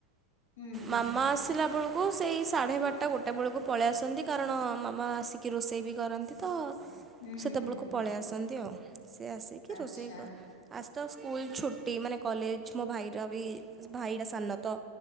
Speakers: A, on the left; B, on the right.
A: ହୁଁ ହୁଁ
B: ମାମା ଆସିଲ ବଳ କୁ ସେଇ ସାଢ଼େ ବାରଟା ଗୋଟେ ବେଳକୁ ପଳେଇ ଆସନ୍ତି କାରଣ ମାମା ଆସିକି ରୋଷେଇ ବି କରନ୍ତି ତ
A: ହୁଁ
B: ସେତେବେଳକୁ
A: ହୁଁ ହୁଁ
B: ପଳେଇ ଆସନ୍ତି ଆଉ ସେଏ ଆସିକି
A: ଆଚ୍ଛା
B: ରୋଷେଇ ଆସ ତ ସ୍କୁଲ ଛୁଟି ମାନେ କଲେଜ ମୋ ଭାଇର ବି ଭାଇଟ ସାନ ତ